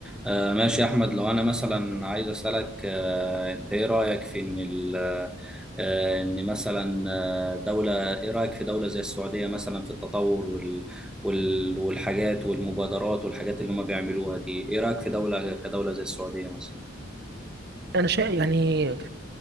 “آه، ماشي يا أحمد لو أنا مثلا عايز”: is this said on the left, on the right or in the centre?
Centre